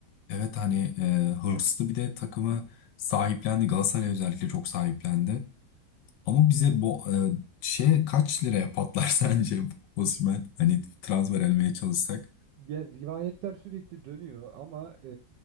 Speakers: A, on the left (about 70°); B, on the right (about 75°).
A: Evet hani e, hırslı bir de takımı sahiplendi. Galatasaray özellikle çok sahiplendi. Ama bize bu e, şey kaç liraya patlar <laughs> sence Osimhen? Hani transfer elmeye çalışsak.
B: Ya rivayetler sürekli dönüyor ama e,